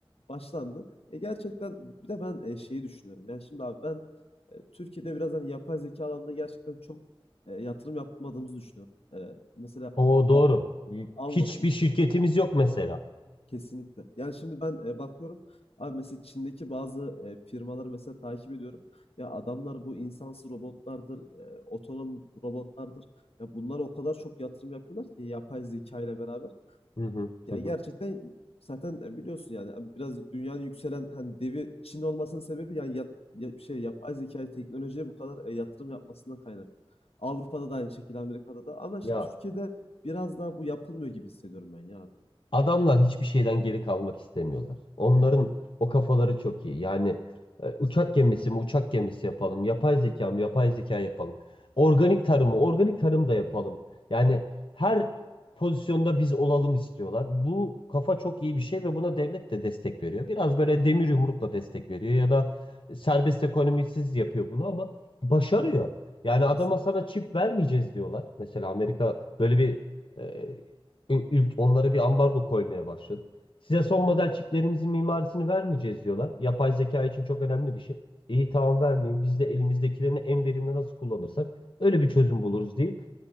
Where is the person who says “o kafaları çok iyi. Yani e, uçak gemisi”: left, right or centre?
Left